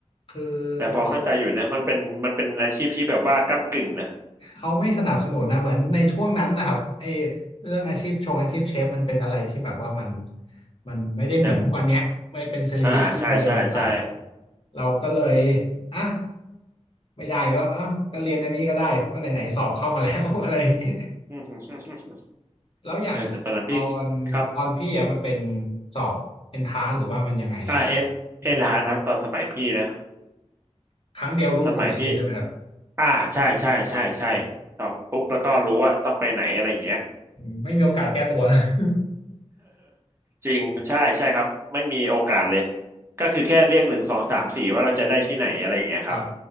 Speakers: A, on the left; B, on the right.
A: คือ
B: แต่พอเข้าใจอยู่นะมันเป็นมันเป็นอาชีพที่แบบว่าก้ำกึ่งนะ
A: เขา เขาไม่สนับสนุนนะเหมือนในช่วงนั้นนะครับไอเรื่องอาชีพชงอาชีพเชฟมันเป็นอะไรที่แบบว่ามันมันไม่ได้เหมือนทุกวันเนี้ยไม่เป็นเซเลบริตี้ไปเลยต่าง
B: ยังอ่าใช่ใช่ใช่
A: เราก็เลยอ่ะไม่ได้ก็อ่ะก็เรียนอันนี้ก็ได้เพราะไหนๆสอบเข้ามาแล้ว <laughs> อะไรอย่างนี้
B: <laughs>
A: แล้วอย่างตอนตอนพี่อ่ะมันเป็น
B: เออแต่ตอนนั้นพี่ครับ
A: สอบเอนทรานหรือว่ามันยังไงล่ะครับ
B: อ่าเอ็นเอ็นฮานครับตอนสมัยพี่นะ
A: ครั้งเดียวรู้ผลเลยใช่ไหมครับ
B: สมัยพี่อ่าใช่ใช่ใช่ใช่ตอบปุ๊บแล้วก็รู้ว่าต้องไปไหนอะไรอย่างเงี้ย
A: อืมไม่มีโอกาสแก้ตัวนะ <laughs>
B: จริงใช่ใช่ครับไม่มีโอกาสเลยก็คือแค่เรียกหนึ่งสองสามสี่ว่าเราจะได้ที่ไหนอะไรอย่างเงี้ยครับ
A: ครับ